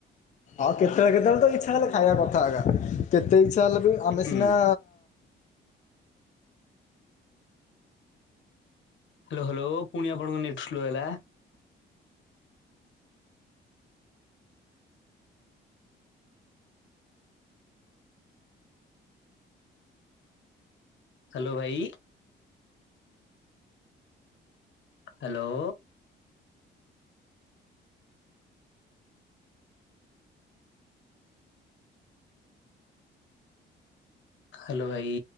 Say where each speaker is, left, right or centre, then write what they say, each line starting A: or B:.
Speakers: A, on the left; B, on the left.
A: ଆଉ କେତେବେଳେ କେତେବେଳେ ତ ଇଛା ହେଲେ ଖାଇବା କଥା <unintelligible> କେତେ ଇଛା ହେଲେ ବି
B: ହୁଁ।
A: ଆମେ ସିନା
B: ହାଲୋ ହାଲୋ ପୁଣି ଆପଣଙ୍କ ନେକ୍ଟ ଫ୍ଲୋ ହେଲା। ହାଲୋ ଭାଇ ହାଲୋ ହାଲୋ ଭାଇ